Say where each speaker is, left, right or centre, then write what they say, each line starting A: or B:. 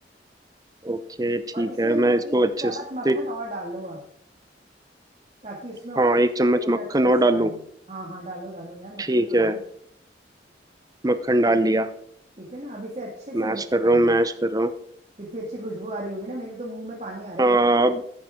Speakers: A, on the right; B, on the right.
A: ओके ठीक
B: और इसमें
A: है
B: ना
A: मैं इसको
B: एक
A: अच्छे
B: चम्मच
A: से
B: मक्खन और डालो अब ताकि उसमें और
A: हाँ
B: अच्छे
A: एक चम्मच
B: से वो
A: मक्खन
B: रच बस
A: और डाल
B: जाए
A: लूँ
B: हाँ हाँ डालो डालो यार मक्खन
A: ठीक
B: तो डालो
A: है मक्खन डाल लिया
B: ठीक है ना अब इसे अच्छे से
A: मैश
B: मिक्स
A: कर रहा
B: कर
A: हूँ
B: लो
A: मैश कर रहा हूँ
B: इतनी अच्छी खुशबू आ रही होगी ना मेरे तो मुंह में पानी आ रहा
A: हाँ,
B: है
A: अब